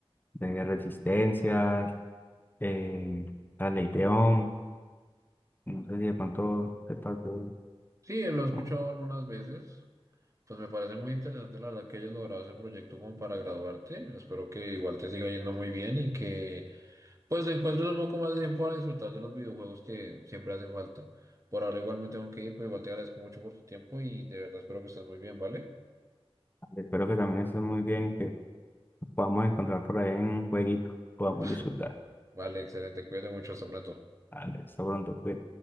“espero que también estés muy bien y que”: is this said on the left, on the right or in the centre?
Left